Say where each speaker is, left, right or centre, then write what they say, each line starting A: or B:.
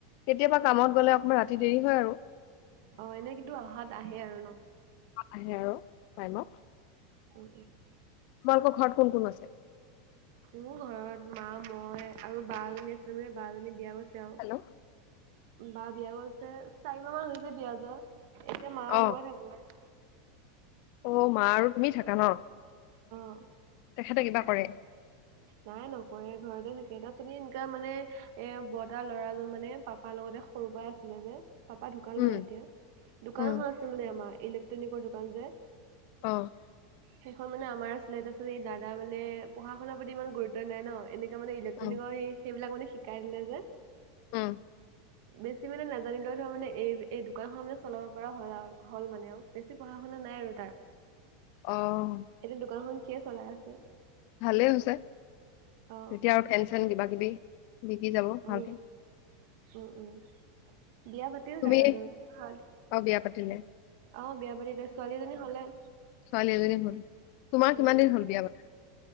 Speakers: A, on the left; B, on the right.
A: কেতিয়াবা কামত গ'লে অকমান ৰাতি দেৰি হয় আৰু
B: অ এনে কিন্তু অহাত আহে আৰু ন
A: আহে আৰু টাইমত
B: উ উ
A: তোমালোকৰ ঘৰত কোন কোন আছে?
B: মোৰ ঘৰত মা মই আৰু বাএজনী আছে যে বাজনী বিয়া গৈছে আৰু
A: হেল্ল',
B: বাৰ বিয়াও হৈছে। চাৰি মাহমান হৈছে বিয়া যোৱা। এতিয়া মা
A: অ',
B: আৰু মই থাকো।
A: অ' মা আৰু তুমি থাকা ন?
B: অ
A: তেখেতে কিবা কৰে?
B: নাই নকৰে, ঘৰতে থাকে। তাৰ <unintelligible> এনেকা মানে এ বৰ্তা ল'ৰাজন মানে পাপাৰ লগত সৰুৰ পৰাই আছিলে যে পাপা ঢুকাল
A: উম,
B: বাৰু এতিয়া। দোকানখন
A: উম,
B: আছে মানে আমাৰ ইলেক্ট্ৰনিকৰ দোকান যে
A: অ'।
B: সেইখন মানে আমাৰ আছিলে, তাৰপিছত এই দাদাৰ মানে পঢ়া-শুনাৰ প্ৰতি ইমান গুৰুত্ব নাই ন! এনে মানে ইলেক্ট্ৰনিকৰ
A: উম,
B: সেইবিলাক মানে শিকাই দিলে যে
A: উম।
B: বেছি মানে নাজানিলেও ধৰ মানে, এই-এই দোকানখন মানে চলাব পৰা হ'ল আৰু। হ'ল মানে আৰু। বেছি পঢ়া শুনা নাই আৰু তাৰ।
A: অ'।
B: এতিয়া দোকানখন সিয়ে চলাই আছে।
A: ভালেই হৈছে।
B: অ
A: তেতিয়া আৰু ফেন-চেন কিবাকিবি বিকি যাব
B: উম
A: ভালকে
B: উম উম। বিয়া পাতিল
A: তুমি
B: দাদাজন হয়।
A: অ বিয়া পাতিলে
B: অ' বিয়া বুলি, ছোৱালীজনী হ'লে
A: ছোৱালী এজনী হ'ল, তোমাৰ
B: উম
A: কিমান দিন হ'ল বিয়া পতা?